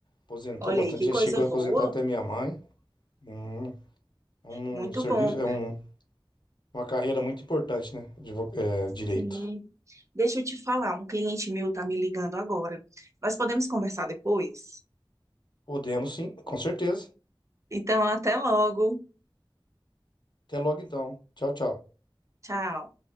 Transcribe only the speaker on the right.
olha
aí que
coisa
boa,
muito
bom.
Sim. Deixa eu te falar, um cliente meu tá me ligando agora. Nós podemos conversar depois?
Então, até logo.
Tchau.